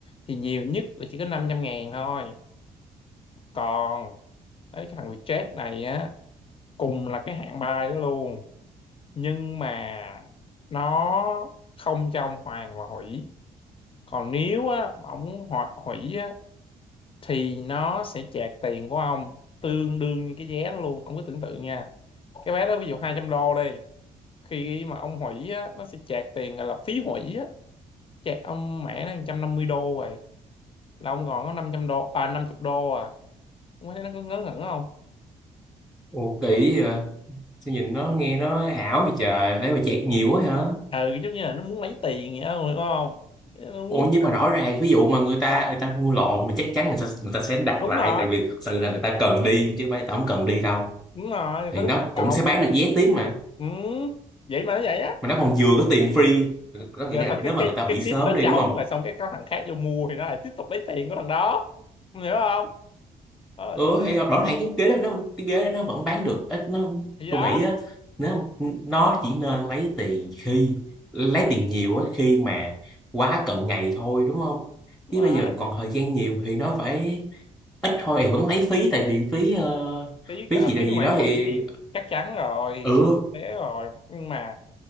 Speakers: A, on the left (about 40°); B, in the centre.
A: thì nhiều nhất là chỉ có 500 ngàn thôi còn đấy cái thằng Vietjet này á cùng là cái hạng bài đó luôn nhưng mà nó không trong hoàn và hủy còn nếu á mà ông ho- hủy á thì nó sẽ chạc tiền của ông tương đương như cái vé đó luôn ông cứ tưởng tượng nha cái vé đó ví dụ 200 đô đi khi mà ông hủy á nó sẽ chạc tiền gọi là phí hủy á Chạy ông mẹ nó 150 đô rồi là ông còn có 500 đô à 50 đô à ông thấy nó có ngớ ngẩn không
B: ồ kỳ vậy? sao nhìn nó nghe nó ảo vậy trời ấy mà chẹt nhiều quá hả
A: ừ giống như là nó muốn lấy tiền vậy đó, đúng không nó muốn
B: ồ nhưng mà rõ ràng ví dụ mà người ta người ta mua lộn mình chắc chắn người ta, người ta sẽ đặt
A: đúng
B: lại
A: rồi
B: tại vì thật sự là người ta cần đi chứ không phải người ta không cần đi đâu
A: đúng rồi người
B: thì
A: ta
B: nó
A: có nhu
B: cũng
A: cầu
B: sẽ bán được vé tiếng mà
A: ừ. vậy mà nó vậy á
B: mà nó còn vừa có tiền free có
A: rồi
B: nghĩa là
A: thật cái
B: nếu mà
A: cái
B: người ta hủy
A: cái ship
B: sớm
A: đó
B: đi
A: trống
B: đúng không
A: rồi xong cái có thằng khác vô mua thì nó lại tiếp tục lấy tiền của thằng đó Ông hiểu không đó là
B: ừ
A: tôi nói
B: thì rõ ràng cái ghế đó nó cái ghế đó nó vẫn bán được ít nó
A: thì
B: tôi
A: đó
B: nghĩ á nếu nó chỉ nên lấy tiền khi lấy tiền nhiều á khi mà quá cận ngày thôi đúng không
A: đúng
B: chứ
A: rồi
B: bây giờ còn thời gian nhiều thì nó phải ít thôi thì vẫn lấy phí tại vì phí ờ,
A: phí
B: phí
A: cả
B: gì đây
A: phí
B: gì
A: hoàn
B: đó
A: hủy
B: thì
A: thì chắc chắn rồi
B: ừ
A: suy tế rồi nhưng mà